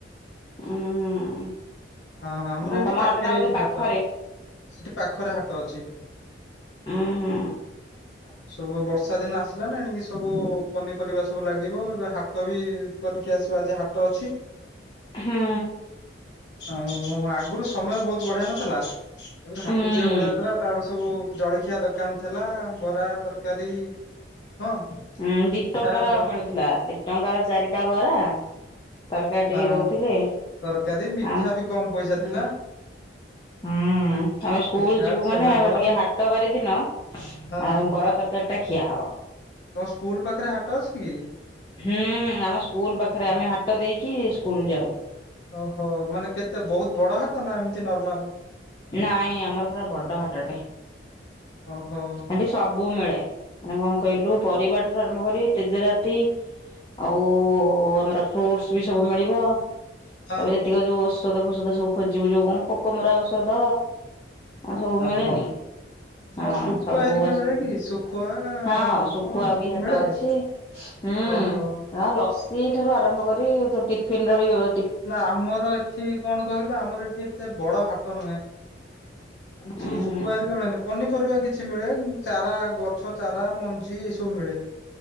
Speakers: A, on the left; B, on the left.
A: ଉଁ।
B: ହଁ ଆମର
A: ହୁଁ
B: ଏଇଠି
A: ତମ
B: ପାଖରେ
A: ହାଟଟା ବୋଧେ
B: ଏଇଠି
A: ପାଖରେ
B: ହାଟ ଏଇଠି ପାଖରେ ହାଟ ଅଛି।
A: ଉଁ ହୁଁ।
B: ଆଉ ସବୁ ବର୍ଷା ଦିନ ଆସିଲା ନା ଏଣିକି ସବୁ ପନିପରିବା ସବୁ ଲାଗିବ ଏବେ ହାଟ ବି କରିକି ଆସିବା ଆଜି ହାଟ ଅଛି।
A: ହୁଁ
B: ଆଉ ଆଗରୁ ସମୟ ବହୁତ ବଢିଆ ନଥିଲା। ହାଟକୁ
A: ହୁଁ
B: ଯିବାକୁ ବଢିଆ ଲାଗୁଥିଲା। ତାପରେ ସେ ସବୁ ଜଳଖିଆ ଦୋକାନ ଥିଲା ବରା ତରକାରୀ ହଁ
A: ହୁଁ ଦି
B: ପିଠା
A: ଟଙ୍କାର
B: ସବୁ
A: ର ମିଳୁଥିଲା। ଦି ଟଙ୍କାର ଚାରିଟା ବରା ତରକାରୀ ଟିକେ
B: ହଁ
A: ଦଉଥିଲେ।
B: ତରକାରୀ ମିଠା
A: ଆ ହୁଁ।
B: ବି କମ ପଇସା ଥିଲା
A: ହୁଁ ଆମେ ସ୍କୁଲ
B: ମିଠା
A: ଯିବୁ
B: ଛେନାପୋଡ
A: ମାନେ ଆଗ ଟିକେ ହାଟ ବାରି ଦିନ ଆ
B: ହଁ
A: ବର ତରକାରୀ ଏଟା ଖିଆ ହବ।
B: ତମ ସ୍କୁଲ ପାଖରେ ହାଟ ଅଛି କି?
A: ହୁଁ ହୁଁ ଆମ ସ୍କୁଲ ପାଖରେ ଆମେ ହାଟ ଦେଇକି ସ୍କୁଲ ଯାଉ।
B: ଓହୋ। ମାନେ କେତେ ବହୁତ ବଡ ହାଟ ନା ଏମିତି ନର୍ମାଲ?
A: ନାଇଁ ଆମର ପୁରା ବଡ ହାଟଟେ।
B: ଓହୋ।
A: ହେଠି ସବୁ ମିଳେ। ମାନେ କଣ କହିଲୁ ପରିବାର ଠାରୁୁ ଆରମ୍ଭ କରି ତେଜରାତି ଆଉ ଆମର ଫ୍ରୁଟସ ବି ସବୁ ମିଳିବ।
B: ହଁ
A: ତାପରେ ଯେତିକି ଯୋଉ ଔଷଧ ଫଷଧ ସବୁ ଖୋଜିବୁ ଯୋଉ କ ପୋକ ମରା ଔଷଧ। ଆ ସବୁ
B: ଆଉ
A: ମିଳେନି।
B: ଭଲ
A: ହଁ
B: ଆଉ ଶୁଖୁଆ
A: ସବୁ
B: ହେରିକା
A: <inaudible>
B: ମିଳେ କି ଶୁଖୁଆ
A: ହଁ
B: ମାଛ
A: ଶୁଖୁଆ
B: ଏସବୁ
A: ବି ହାଟ
B: ମିଳେ
A: ଅଛି ହୁଁ। <inaudible>
B: ଓହୋ
A: ହୁଁ ଆ ଲସି ଠାରୁ ଆରମ୍ଭ କରି ଟିଫିନ୍ ର ବି ବ୍ୟବ
B: ନା ଆମର ଏଠି କଣ କହିଲ ଆମର ଏଠି ଏତେ ବଡ ହାଟ ନୁହେଁ। ଆମର
A: ଉଁ
B: ସବୁ ଶୁକୁଆ
A: ହୁଁ
B: ହରିକା ମିଳେନି ପନି ପରିବା କିଛି ମିଳେ ଚାରା ଗଛ ଚାରା ମଞ୍ଜି ଏଇ ସବୁ ମିଳେ।